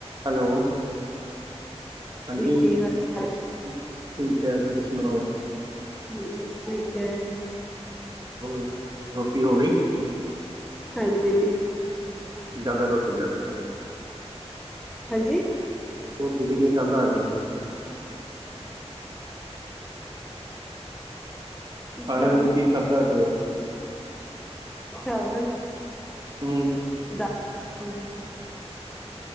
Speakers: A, on the right; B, in the centre.
A: Hello, ਹਾਂਜੀ
B: ਕੀ ਹਾਲ ਚਾਲ
A: ਠੀਕ ਐ ਤੁਸੀਂ ਸਨਾਓ
B: <unintelligible> ਠੀਕ ਐ।
A: ਹੋਰ ਰੋਟੀ ਹੋ ਗਈ।
B: ਹਾਂਜੀ।
A: ਦਾਦਾ ਰੋਟੀ ਲੈਨ ਗੇਆ।
B: ਹਾਂਜੀ।
A: ਰੋਟੀ ਚ ਕੀ ਖਾਦਾ ਅੱਜ ਏ ਖਾਨੇ
B: ਦਾਲ
A: ਵਿੱਚ ਕੀ ਖਾਦੈ ਅੱਜ
B: ਚਾਵਲ,
A: ਹਮ
B: ਦਾਲ ਹੂੰ